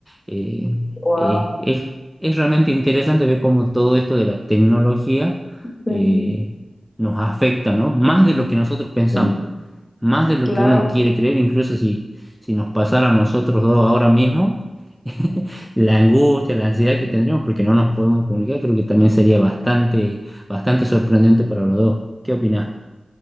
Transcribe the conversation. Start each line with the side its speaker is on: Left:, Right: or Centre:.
Centre: eh,
Left: Wow.
Centre: eh, es, es realmente interesante ver cómo todo esto de la tecnología
Left: sí,
Centre: eh, nos afecta, ¿no? Más de lo que nosotros pensamos
Left: sí.
Centre: más de lo
Left: Claro.
Centre: que uno quiere creer, incluso si, si nos pasara a nosotros dos ahora mismo, <laughs> la angustia, la ansiedad que tendríamos porque no nos podemos comunicar, creo que también sería bastante, bastante sorprendente para los dos. ¿Qué opinás?